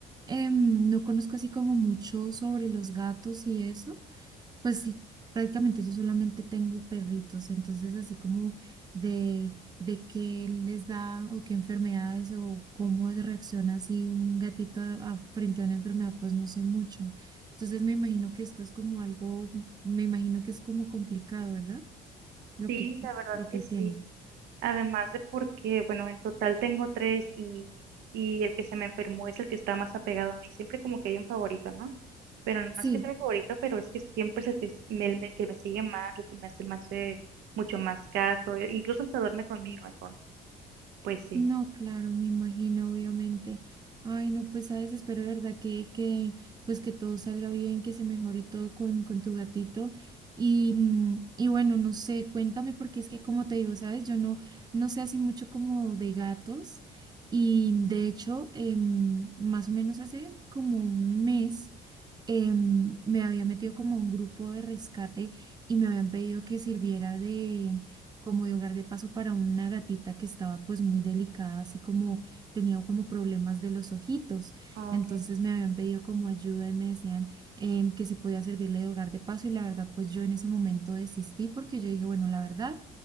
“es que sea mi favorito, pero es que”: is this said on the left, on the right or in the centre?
Right